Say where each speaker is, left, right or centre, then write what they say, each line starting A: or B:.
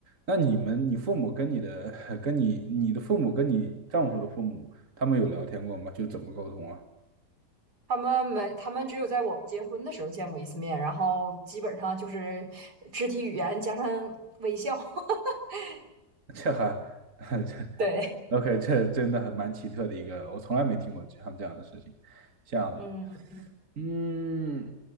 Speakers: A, on the right; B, on the right.
A: 那你们，你父母跟你的 <laughs> 跟你你的父母跟你丈夫的父母，他们有聊天过吗？就怎么沟通啊？
B: 他们没，他们只有在我们结婚的时候见过一次面，然后基本上就是肢体语言加上微笑。<laughs>
A: 这还 <laughs> 这。
B: 对，
A: OK，这真的很蛮奇特的一个，我从来没听过像这样的事情，像，
B: 嗯，
A: 嗯，